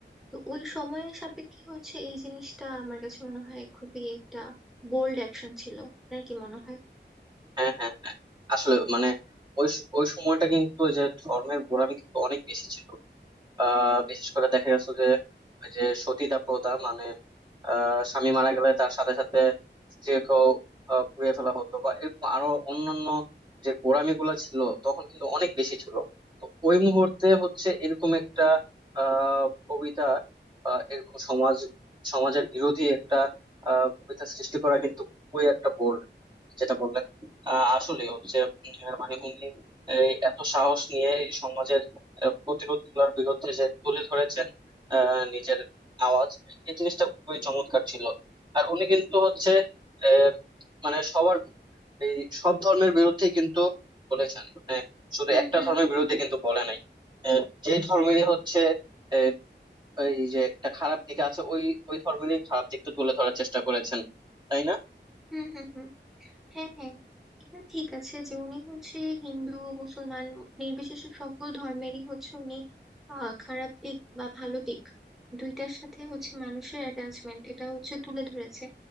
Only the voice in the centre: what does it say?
তো ওই সময়ের সাপেক্ষে হচ্ছে এই জিনিসটা আমার কাছে মনে হয় খুবই একটা বোল্ড অ্যাকশন ছিল আপনার কি মনে হয়
হুম
হুম
হুম হুম হুম হ্যাঁ হ্যাঁ এটা ঠিক আছে যে উনি হচ্ছে হিন্দু মুসলমান নির্বিশেষে সকল ধর্মেরই হচ্ছে উনি আহ খারাপ দিক বা ভালো দিক দুইটার সাথে হচ্ছে মানুষের অ্যাটাচমেন্ট এটা হচ্ছে তুলে ধরেছে